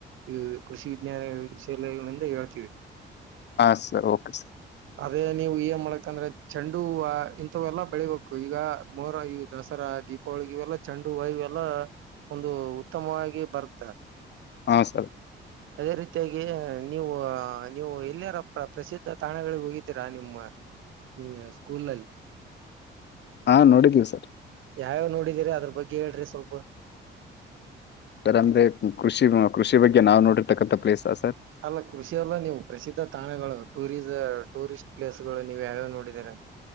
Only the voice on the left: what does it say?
ಹಾ ಸರ್ ಓಕೆ ಸರ್
ಹಾ ಸರ್
ಹಾ ನೋಡಿದೀವಿ ಸರ್
ಸರ್ ಅಂದ್ರೆ ಕೃಷಿ ಕೃಷಿ ಬಗ್ಗೆ ನಾವ್ ನೋಡಿರ್ತಕ್ಕಂತ ಪ್ಲೇಸ್ ಸರ್